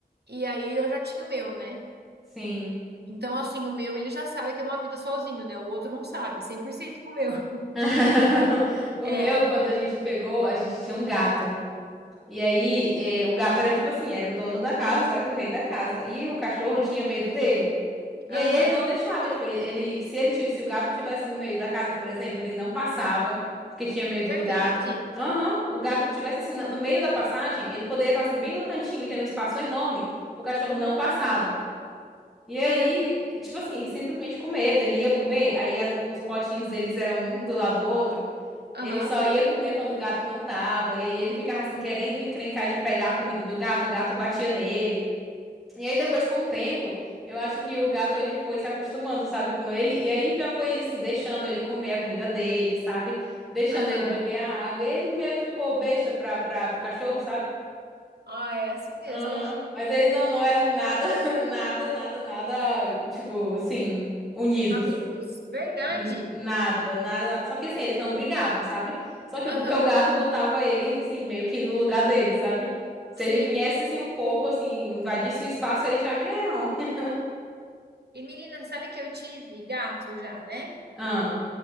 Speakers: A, on the right (about 80°); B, in the centre.
A: E aí eu já tinha o meu, né?
B: sim.
A: Então, assim, o meu ele já sabe que é uma vida sozinho, né? O outro não sabe, cem por cento com o meu. <laughs>
B: <laughs> O
A: É,
B: meu, quando a gente pegou, a gente tinha um gato. E aí, eh, o gato era tipo assim, era o dono da casa, certo? O rei da casa. E o cachorro tinha medo dele. E
A: aham.
B: aí ele não deixava, tipo, ele, ele- se ele, ti- se o gato tivesse no meio da casa, por exemplo, ele não passava, porque tinha medo
A: Verdade.
B: do gato. Aham, o gato tivesse assim, na- no meio da passagem, ele poderia estar assim, bem no cantinho e ter um espaço enorme, o cachorro
A: Uhum.
B: não passava. E aí,
A: Caramba.
B: tipo assim, simplesmente com medo. Ele ia comer, aí as- os potinhos deles eram um do lado do outro.
A: Aham,
B: Ele só ia comer quando o gato não tava. E aí ele ficava assim, querendo encrencar de pegar a comida do gato, o gato batia nele. E aí depois, com o tempo, eu acho que o gato ele foi se acostumando, sabe, com ele. E aí já foi assim, deixando ele comer a comida dele, sabe? Deixando
A: aham.
B: ele beber a água. E ele meio que ficou besta pra, pra, pro cachorro, sabe?
A: Ah, é assim mesmo.
B: Aham.
A: <laughs>
B: Mas eles não, não eram nada, <laughs> nada, nada, nada, tipo, assim, unidos.
A: Amigos, verdade.
B: N- Nada, nada, nada. Só que assim, eles não brigavam, sabe? Só que
A: Aham,
B: porque o gato botava ele, assim, meio que no lugar dele, sabe? Se
A: sim.
B: ele viesse, assim, um pouco, assim, invadisse o espaço, ele já... Miau. <laughs>
A: E menina, sabe que eu tive gato já, né?
B: Ah,